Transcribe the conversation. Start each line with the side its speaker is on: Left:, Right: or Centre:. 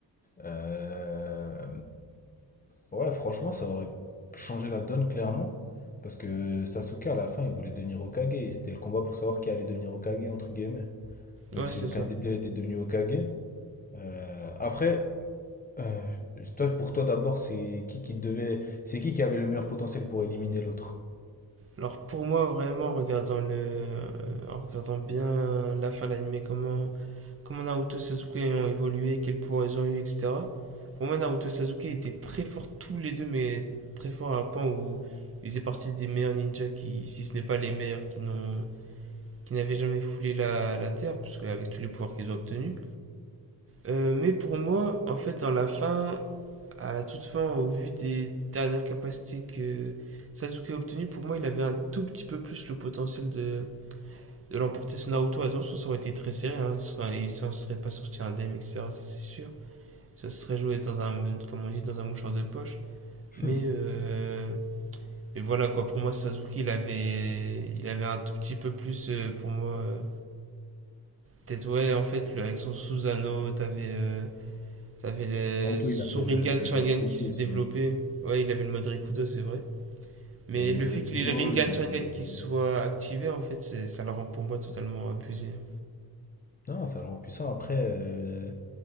Left: euh, Ouais, franchement, ça aurait changé la donne clairement. Parce que Sasuke à la fin il voulait devenir Hokage. Et c'était le combat pour savoir qui allait devenir Hokage entre guillemets. Même
Right: Ouais,
Left: si
Right: c'est
Left: aucun
Right: ça.
Left: des deux était devenu Hokage. Euh, Après, euh, toi, pour toi d'abord, c'est qui qui devait. C'est qui qui avait le meilleur potentiel pour éliminer l'autre?
Right: Alors pour moi, vraiment, en regardant, le, euh, en regardant bien la fin de l'anime, comment, comment Naruto et Sasuke ont évolué, quels pouvoirs ils ont eu, etc. Pour moi, Naruto et Sasuke étaient très forts tous les deux, mais très forts à un point où ils faisaient partie des meilleurs ninjas qui, si ce n'est pas les meilleurs, qui n'ont qui n'avaient jamais foulé la, la terre, puisque avec tous les pouvoirs qu'ils ont obtenus. Euh, mais pour moi, en fait, dans la fin, à la toute fin, au vu des dernières capacités que Sasuke a obtenues, pour moi, il avait un tout petit peu plus le potentiel de, de l'emporter sur Naruto. Attention, ça aurait été très serré. Hein. Il s'en serait, serait, pas sorti indemne, etc. Ça, c'est sûr. Ça serait joué dans un, comme on dit, dans un mouchoir de poche.
Left: Hmm.
Right: Mais,
Left: <laughs>
Right: euh, mais voilà, quoi. Pour moi, Sasuke, il avait, il avait un tout petit peu plus, euh, pour moi. Euh, Peut-être, ouais, en fait, le, avec son Susano, t'avais avais son
Left: Il avait
Right: Ringan
Left: le,
Right: Sharingan
Left: le Pioli
Right: qui s'est
Left: aussi.
Right: développé. Ouais, il avait le mode Rikudo, c'est vrai. Mais
Left: Il avait Modric-Kudo,
Right: le fait qu'il ait le Ringan
Left: il avait
Right: Sharingan
Left: le...
Right: qui
Left: le-
Right: soit activé, en fait, c'est, ça le rend pour moi totalement abusé. hein.
Left: Non, ça le rend puissant. Après, euh,